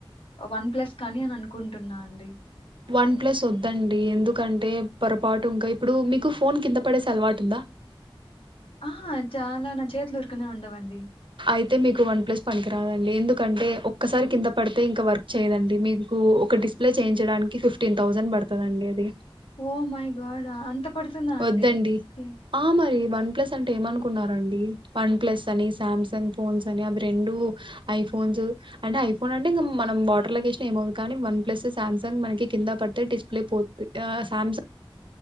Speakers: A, on the left; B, on the right.
A: వన్ ప్లస్ కానీ అని అనుకుంటున్నా అండి.
B: వన్ ప్లస్ వద్దండి. ఎందుకంటే పొరపాటు ఇంకా ఇప్పుడు మీకు ఫోన్ కింద పడేసి అలవాటు ఉందా.
A: ఆహ్ చాలా నా చేతులూ ఉర్ పక్కనే ఉండవండి.
B: అయితే మీకు వన్ ప్లస్ పనికిరాదండి ఎందుకంటే ఒక్కసారి కింద పడితే ఇంకా వర్క్ చేయ్యదండి మీకు ఒక డిస్ప్లే చేయించడానికి ఫిఫ్టీన్ థౌసండ్ పడుతది అండి అది
A: ఓ మై గాడ్ అంత పడుతుందా
B: వద్దండి
A: అండి ఓకే
B: ఆహ్ మరీ. వన్ ప్లస్ అంటే ఏమనుకున్నారండి వన్ ప్లస్ అని సామ్సంగ్ ఫోన్స్ అని అవి రెండు ఐఫోన్స్ అంటే ఐఫోన్ అంటే ఇంకా మనం వాటర్ లొ వేసిన ఏమవుదు కానీ వన్ ప్లస్ శమ్సంగ్ మనకి కింద పడితే డిస్ప్లే పోతుంది ఆహ్ సామ్సంగ్